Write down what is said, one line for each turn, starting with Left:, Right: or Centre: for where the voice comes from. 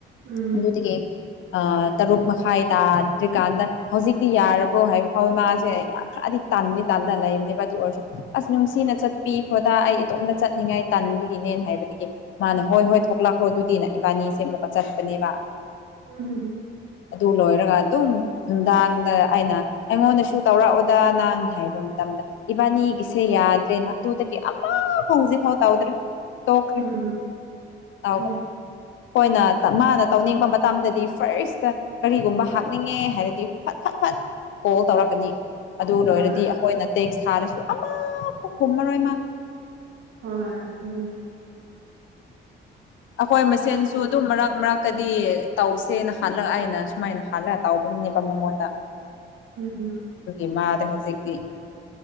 Right: ꯎꯝ
Left: ꯑꯗꯨꯗꯒꯤ ꯇꯔꯨꯛ ꯃꯈꯥꯏ ꯇꯥꯗ꯭ꯔꯤꯀꯥꯟꯗ ꯍꯧꯖꯤꯛꯇꯤ ꯌꯥꯔꯕꯣ ꯍꯥꯏꯕ ꯐꯥꯎꯋ ꯃꯥꯁꯦ ꯈꯔꯗꯤ ꯇꯥꯟꯅꯤ ꯇꯥꯟꯗ ꯂ ꯇ ꯑꯁ ꯅꯨꯡꯁꯤꯅ ꯆꯠꯄꯤꯈ꯭ꯔꯣꯗꯥ ꯑꯩ ꯏꯇꯣꯝꯇ ꯆꯠꯅꯤꯡꯉꯥꯏ ꯇꯟꯕꯒꯤꯅꯦꯅ ꯍꯥꯏꯕꯗꯒꯤ ꯃꯥꯅ ꯍꯣꯏ ꯍꯣꯏ ꯊꯣꯛꯂꯛꯈ꯭ꯔꯣ ꯑꯗꯨꯗꯤꯅꯦ ꯏꯕꯥꯅꯤꯁꯦ ꯑꯃꯨꯛꯀ ꯆꯠꯄꯅꯦꯕ
Right: ꯎꯝ
Left: ꯑꯗꯨ ꯂꯣꯏꯔꯒ ꯑꯗꯨꯝ ꯅꯨꯡꯗꯥꯡꯗ ꯑꯩꯅ ꯑꯩꯉꯣꯟꯗꯁꯨ ꯇꯧꯔꯛꯑꯣꯗꯥ ꯅꯪ ꯍꯥꯏꯕ ꯑꯃꯇ ꯏꯕꯥꯅꯤꯒꯤꯁꯦ ꯌꯥꯗ꯭ꯔꯦꯅ ꯑꯗꯨꯗꯒꯤ ꯑꯃꯐꯥꯎ ꯍꯧꯖꯤꯛ ꯐꯥꯎ ꯇꯥꯎꯗ꯭ꯔꯦ ꯇꯣꯛꯈ꯭ꯔꯦ
Right: ꯎꯝ
Left: ꯑꯩꯈꯣꯏꯅ
Right: ꯎꯝ
Left: ꯃꯥꯅ ꯇꯧꯅꯤꯡꯕ ꯃꯇꯝꯗꯗꯤ ꯐꯥꯔꯁꯇ ꯀꯔꯤꯒꯨꯝꯕ ꯍꯥꯞꯅꯤꯡꯉꯦ ꯍꯥꯏꯔꯗꯤ ꯐꯠ ꯐꯠ ꯐꯠ ꯀꯣꯜ ꯇꯧꯔꯛꯀꯅꯤ ꯑꯗꯨ ꯂꯣꯏꯔꯗꯤ
Right: ꯍꯣꯏ
Left: ꯑꯩꯈꯣꯏꯅ ꯇꯦꯛꯁ ꯊꯥꯔꯁꯨ ꯑꯥ ꯍꯣꯃꯔꯣꯏꯃ
Right: ꯍꯣꯏ ꯑꯗꯨ
Left: ꯑꯩꯈꯣꯏ ꯃꯁꯦꯟꯁꯨ ꯑꯗꯨꯝ ꯃꯔꯛ ꯃꯔꯛꯀꯗꯤ ꯇꯧꯁꯦꯅ ꯍꯜꯂꯛ ꯍꯥꯏꯅ ꯁꯨꯃꯥꯏꯅ ꯍꯥꯜꯂꯒ ꯇꯥꯎꯕꯅꯦꯕ ꯃꯉꯣꯟꯗ
Right: ꯎꯝ
Left: ꯒꯤ ꯃꯥꯗꯦ ꯍꯧꯖꯤꯛꯇꯗꯤ